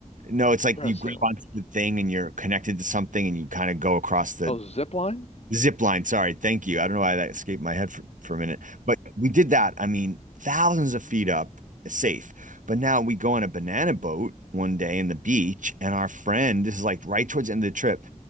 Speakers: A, on the right; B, on the left.
A: no, it's like
B: parasailing
A: you grab onto the thing and you're connected to something and you kind of go across the
B: oh zip line
A: Zip line, sorry, thank you. I don't know why that escaped my head for, for a minute, but we did that. I mean, thousands of feet up, safe. But now we go on a banana boat one day in the beach, and our friend, this is like right towards the end of the trip,